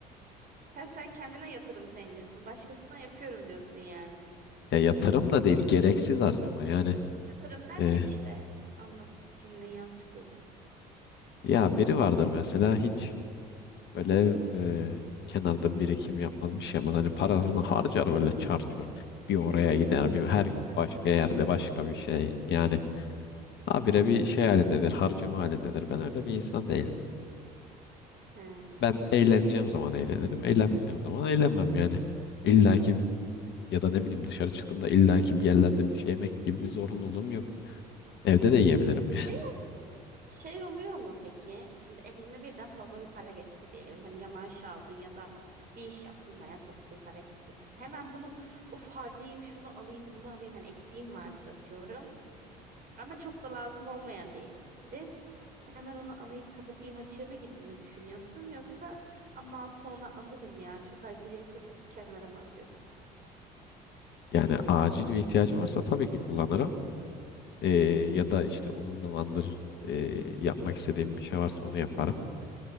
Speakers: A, on the right; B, on the left.
A: Ha, sen kendine yatırım sevmiyorsun. Başkasına yapıyorum diyorsun yani.
B: Ya yatırım da değil, gereksiz harcama. Yani
A: Yatırım derken
B: e,
A: işte anladım. Cümleyi yanlış kurdum.
B: ya biri vardır mesela hiç Böyle e, kenarda birikim yapmaz bir şey yapmaz. Hani parasını harcar böyle çarçur. Bir oraya gider bir her gün
A: Heh.
B: başka yerde başka bir şey. Yani habire bir şey halindedir harcama halindedir. Ben öyle bir insan değilim.
A: He.
B: Ben eğleneceğim zaman eğlenirim. Eğlenmeyeceğim zaman eğlenmem yani. İlla ki ya da ne bileyim dışarı çıktığımda illa ki bir yerlerde bir şey yemek gibi bir zorunluluğum yok. Evde de yiyebilirim
A: Şey
B: yani. <laughs>
A: şey oluyor mu peki? Şimdi eline birden toplu bir para geçti diyelim. Hani ya maaş aldın ya da bir iş yaptın veya toplu bir para geçti. Hemen bunu uf harcayayım şunu alayım bunu alayım. Hani eksiğin vardır atıyorum. Ama çok da lazım olmayan bir eksiktir. Hemen onu alayım kapatayım açığımı gibi mi düşünüyorsun? Yoksa ama sonra alırım ya çok aciliyet yok deyip kenara mı atıyorsun?
B: Yani acil bir ihtiyacım varsa tabii ki kullanırım. E, ya da işte uzun zamandır e, yapmak istediğim bir şey varsa onu yaparım.